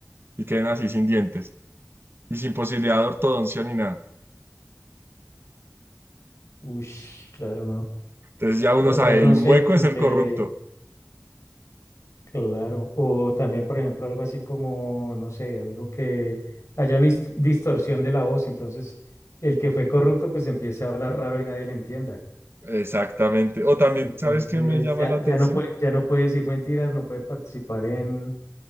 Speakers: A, on the right; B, on the left.
A: y queden así sin dientes y sin posibilidad de ortodoncia ni nada.
B: ush, claro, ¿no?
A: Entonces ya uno
B: Otras
A: sabe,
B: no
A: el
B: sé,
A: mueco
B: que
A: es el corrupto.
B: Claro, o también, por ejemplo, algo así como, no sé, algo que haya una dis- distorsión de la voz, entonces el que fue corrupto pues empieza a hablar raro y nadie le entienda.
A: Exactamente. O también,
B: Entonces
A: ¿sabes qué me llama
B: ya,
A: la atención?
B: ya no puede, ya no puede decir mentiras, no puede participar en,